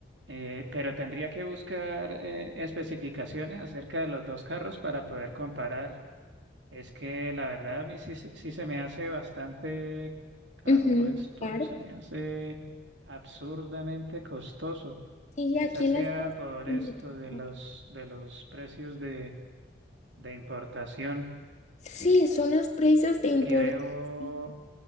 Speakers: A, on the right; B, on the left.
A: Eh, pero tendría que buscar eh, especificaciones acerca de los dos carros para poder comparar. Es que la verdad a mí sí, se- sí se me hace bastante caro
B: Ujú,
A: esto,
B: claro.
A: se me hace absurdamente costoso.
B: y
A: Quizás
B: aquí
A: sea
B: las cosas
A: por
B: son
A: esto
B: muy
A: de
B: caras.
A: los, de los precios de, de importación.
B: Sí, son los precios de importación.
A: Aquí veo,